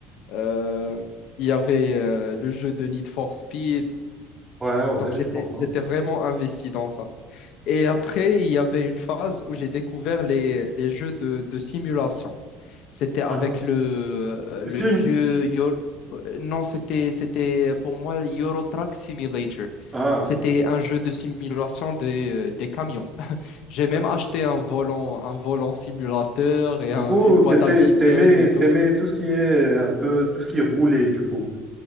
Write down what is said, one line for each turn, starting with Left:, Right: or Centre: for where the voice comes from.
Left: Euh, il y avait euh, le jeu de Need for Speed.
Right: Ouais, ouais,
Left: Donc, j'étais,
Right: je comprends.
Left: j'étais vraiment investi dans ça. Et après, il y avait une phase où j'ai découvert les, les jeux de, de simulation. C'était avec
Right: Ah.
Left: le, euh, le
Right: Sims.
Left: vieux Euro- Non, c'était c'était pour moi Euro Truck Simulator.
Right: Ah.
Left: C'était un jeu de simulation des, euh, des camions. J'ai même
Right: Euh,
Left: acheté un volant, un volant simulateur et
Right: Du
Left: un-
Right: coup,
Left: une boîte
Right: t'étais,
Left: à vitesse
Right: t'aimais,
Left: et tout.
Right: t'aimais tout ce qui est euh, un peu, tout ce qui est roulé, du coup.